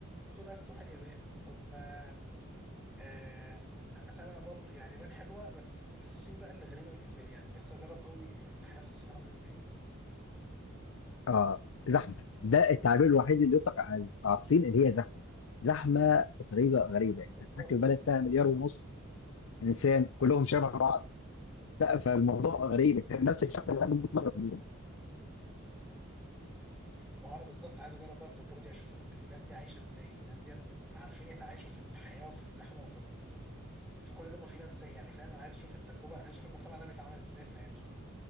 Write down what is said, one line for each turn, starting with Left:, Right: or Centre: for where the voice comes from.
Centre: بتقول عايز تروح اليابان طب ما آه انا سامع برضو يعني اليابان حلوة بس الصين بقى اللي غريبة بالنسبة لي يعني نفسي اجرب قوي الحياة في الصين عاملة ازاي
Left: اه زحمه ده التعبير الوحيد اللي يطلق على على الصين اللي هي زحمه زحمه بطريقه غريبه انت
Centre: بالظبط
Left: بتحكي في بلد فيها مليار ونص انسان كلهم شبه بعض ف- فالموضوع غريب انت نفس الشخص اللي عنده 100 مره
Centre: ما هو انا بالظبط عايز اجرب بقى التجربه دي اشوف ال- الناس دي عايشه ازاي الناس دي عارفين يتعايشوا في الحياه وفي الزحمه وفي ال... في ال... في كل اللي هم فيه ده ازاي يعني فاهم انا عايز اشوف التجربه عايز اشوف المجتمع ده بيتعامل ازاي في حياته